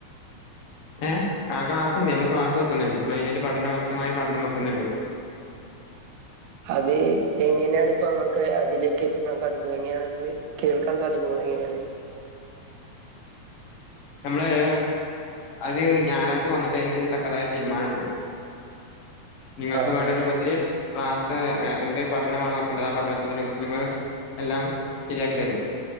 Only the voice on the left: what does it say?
ഏ ആ ക്ലാസ്സുണ്ട് നമ്മള് ക്ലാസ് വെക്കുന്നുണ്ട് നമ്മള് പഠന അതിനെ വ്യക്തമായിട്ട് പഠനം വെക്കുന്നുണ്ട് <inaudible>
നമ്മള്ള്ള് അത് ഞായറാഴ്ച വന്നിട്ട് അതിന്റെ തക്കതായ ഒരു തീരുമാനം എടുക്കും നിങ്ങൾക്ക്
വേണ്ട രൂപത്തില് ക്ലാസ് എന്ത് പഠനമാണ് വെക്കേണ്ടത് ആ പഠനത്തിന്റെ രൂപത്തിൽ നമ്മൾ എല്ലാം ശരിയാക്കി തരും